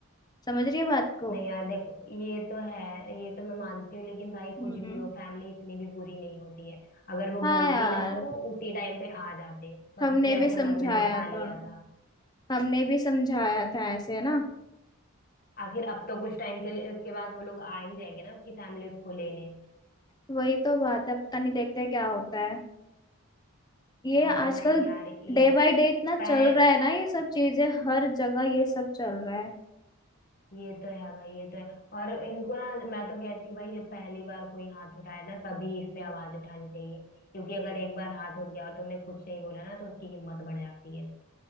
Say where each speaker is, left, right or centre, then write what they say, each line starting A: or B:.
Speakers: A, on the left; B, on the left.
A: समझ रही है बात को
B: नहीं यार देखो ये तो है ये तो मैं मानती हूँ लेकिन भाई
A: हम्म
B: कुछ भी हो फैमिली इतनी भी बुरी नहीं होती है अगर वो
A: हाँ
B: बोलती
A: यार
B: ना तो वो उसी टाइम पे आ जाते बस
A: हमने
B: उसने
A: भी
B: ऐसे
A: समझाया
B: मन में बिठा
A: था
B: लिया था
A: हमने भी समझाया था ऐसे है ना
B: आखिर अब तो कुछ टाइम के लिए के बाद वो लोग आ ही जाएंगे ना उसकी फैमिली उसको लेने
A: वही तो बात है पता नहीं देखते क्या होता है ये
B: हाँ
A: आजकल
B: नहीं यार ये
A: डे बाय डे इतना चल
B: पह
A: रहा है ना ये सब चीजें हर जगह ये सब चल रहा है
B: ये तो है भाई ये तो है और इनको ना मैं तो कहती हूँ भाई जब पहली बार कोई हाथ उठाए ना तभी इस पे आवाज उठानी चाहिए क्योंकि अगर एक बार हाथ उठ गया और तुमने कुछ नहीं बोला ना तो उसकी हिम्मत बढ़ जाती है